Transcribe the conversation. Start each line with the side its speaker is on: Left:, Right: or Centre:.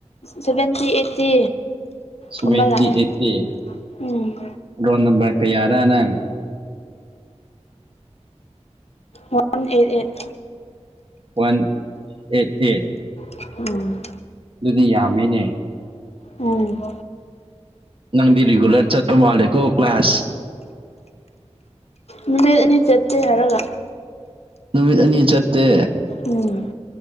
Left: ꯁꯚꯦꯟꯇꯤ ꯑꯩꯠꯇꯤ
Right: ꯁꯚꯦꯟꯇꯤ
Left: ꯒꯨꯝꯕ ꯂꯥꯛꯑꯦ
Right: ꯑꯩꯠꯇꯤ
Left: ꯎꯝ
Right: ꯔꯣꯜ ꯅꯝꯕꯔ ꯀꯌꯥꯔꯥ ꯅꯪ
Left: one eight eight
Right: one eight eight
Left: ꯎꯝ
Right: ꯑꯗꯨꯗꯤ ꯌꯥꯝꯃꯦꯅꯦ
Left: ꯎꯝ
Right: ꯅꯪꯗꯤ ꯔꯤꯒꯨꯂꯔ ꯆꯠꯄ ꯃꯥꯂꯦꯀꯣ ꯀ꯭ꯂꯥꯁ
Left: ꯅꯨꯃꯤꯠ ꯑꯅꯤ ꯆꯠꯇꯦ ꯍꯥꯏꯔꯒ
Right: ꯅꯨꯃꯤꯠ ꯑꯅꯤ ꯆꯠꯇꯦ
Left: ꯎꯝ